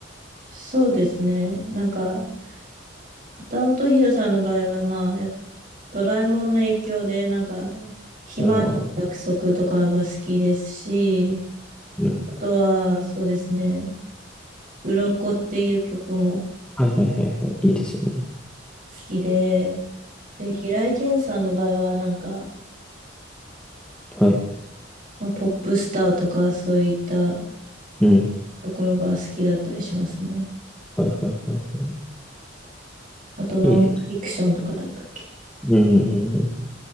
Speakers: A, on the right; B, in the centre.
A: そうですね。なんか、畑本博さんの場合は、まあ、やっぱドラえもんの影響で、なんか、ひまわりの約束とかが好きですし、
B: あー、うん。
A: あとは、そうですね、鱗っていう曲も好
B: はいはいはいはい。いいですよね。
A: きで、で、平井堅さんの場合は、なんか、
B: はい。
A: まあ、ポップスターとか、そういった
B: うん。
A: ところが好きだったりしますね。
B: はいはいはいは
A: あと、ノンフィクションとかだったっけ
B: い。いいです。うん、うんうん。